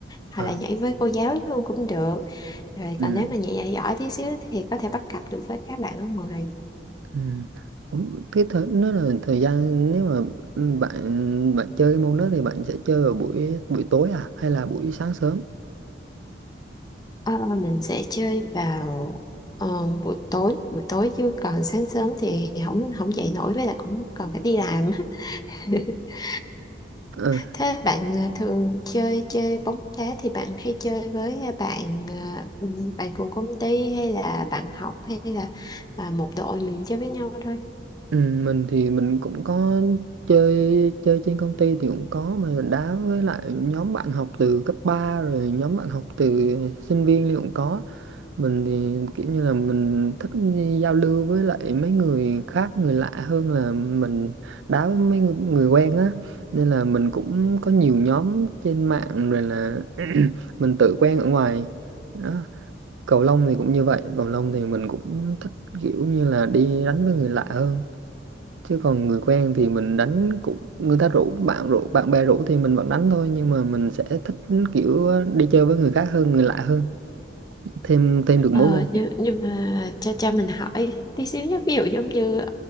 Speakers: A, on the left; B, on the right.
A: hoặc
B: ờ,
A: là nhảy với cô giáo luôn cũng được rồi
B: ừ.
A: còn nếu mà nhảy giỏi tí xíu thì có thể bắt cặp được với các bạn ở ngoài
B: Ừ. Cũng- Cái thời, nó là thời gian nếu mà ừ, bạn bạn chơi cái môn đó thì bạn sẽ chơi vào buổi buổi tối à hay là buổi sáng sớm?
A: Ờ, mình sẽ chơi vào ờ, buổi tối buổi tối chứ còn sáng sớm thì không không dậy nổi với lại cũng còn phải đi làm á. <laughs>
B: Ừ.
A: thế bạn ờ, thường chơi chơi bóng đá thì bạn hay chơi với ờ, bạn ờ, bạn cùng công ty hay là bạn học hay là ờ, một đội mình chơi với nhau thôi
B: Ừ, mình thì mình cũng có chơi chơi trên công ty thì cũng có mà mình đá với lại nhóm bạn học từ cấp 3 rồi nhóm bạn học từ sinh viên thì cũng có mình thì kiểu như là mình thích đi giao lưu với lại mấy người khác người lạ hơn là mình đá với mấy người, người quen á nên là mình cũng có nhiều nhóm trên mạng rồi là <clears throat> mình tự quen ở ngoài đó cầu lông thì cũng như vậy cầu lông thì mình cũng thích kiểu như là đi đánh với người lạ hơn chứ còn người quen thì mình đánh cũng người ta rủ bạn rủ bạn bè rủ thì mình vẫn đánh thôi nhưng mà mình sẽ thích kiểu đi chơi với người khác hơn người lạ hơn thêm thêm được mối
A: Ờ,
B: quan
A: nhưng, nhưng mà cha cha mình hỏi tí xíu nhé ví dụ giống như ở